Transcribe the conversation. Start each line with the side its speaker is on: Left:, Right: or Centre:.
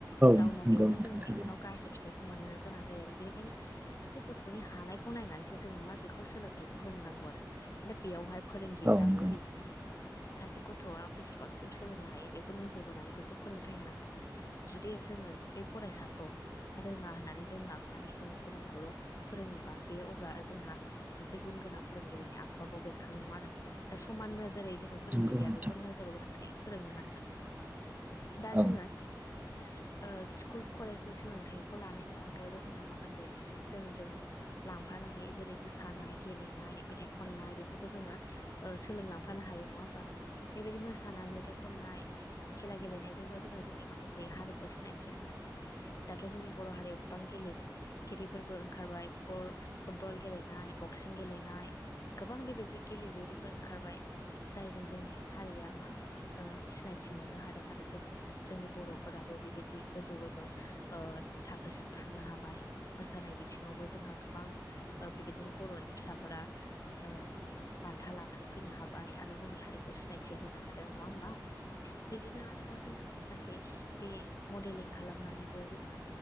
Left: जाउनाव
Right: नंगौ
Left: बेयावनो
Right: नोंथां
Left: जोङो
Right: थारैनो
Left: इयुनाव गाज्रि फिथाइखौ मोननो गोनां जायो आरो बेनिखायनो सासे गथ'नि हानायखौ नायनानैसो जोङो मा बेखौ सोलोंथाइखौ होनो नांगौ आरो दा बेयाव फोरोंगिरियाबो
Right: औ नंगौ
Left: बिदिनो सासे गथ'आ बेसेबांसिम सोलोंनो हायो बेखौ नोजोर बोनानै बेखौ फोरोंथायाइ होनांगोन। जुदि जोङो बे फरायसाखौ रोङा होननानै दोनलांनानै जोङो गुबुनखौल' फोरोङोबा बेयो अब्ला जोंहा। सासे गुन गोनां फोरोंगिरिनि आखुआ बाव बेरखांनाय नङा आरो दा समान नोजोरै जोङो फोरोंगिरिया
Right: नंगौ नोंथां
Left: बेखौ नोजोर बोनानै फोरोंहोनांगोन दा
Right: औ
Left: जोङो
Right: नंगौ नोंथां औ नंगौ नोंथां औ नंगौ नोंथां औ नंगौ
Left: सो ओ स्कुल कलेजनि सोलोंथाइखौ लानायनि अनगायैबो जोंहा माखासे जों जों लांफानो हायो जेरै- मोसानाय गेलेनाय मेथाइ' खननाय बेफोरखौ जोङो ओ सोलोंलांफानो हायो नङा होमबा। बेबायदि मोसानाय मेथाइ' खननाय खेला गेलेनायजोंबो जोङो जोंनि माखासे हारिखौ सिनायथि होनो हायो। दाथ' जोंनि बर' हारिआव बां गेले गिदिरफोरबो ओंखारबाय फुटबल गेलेनाय बक्सिं गेलेनाय। गोबां बेबायदि गेलेगिरिफोर ओंखारबाय। जायजों जोंनि हारिया मा ओ सिनायथि मोननो हादों आरो जे जोंनि बर'फोराबो बेबायदि गोजौ गोजौ ओ थाखोसिम थांनो हाबाय। मोसानाय बिथिङावबो जोंहा गोबां ओ बेबायदिनो बर'नि फिसाफोरा ओ बान्था लानानै फैनो हाबाय। आरो जोंनि हारिखौ सिनायथि होनो हादों नङा होमबा बिदिनो बिनो आरोबाव जोङो माखासे बे मडेलिं खालामनानैबो जोङो